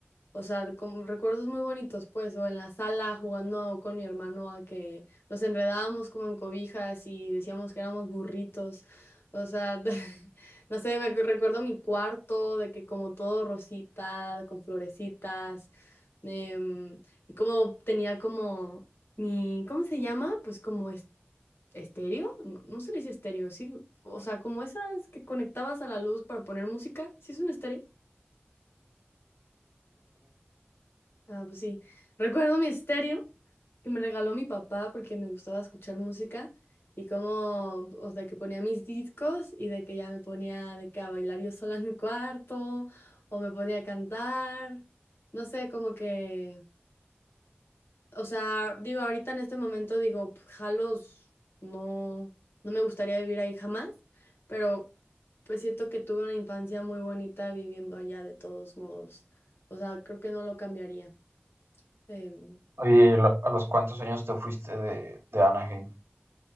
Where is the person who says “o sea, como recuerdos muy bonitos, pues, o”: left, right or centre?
Left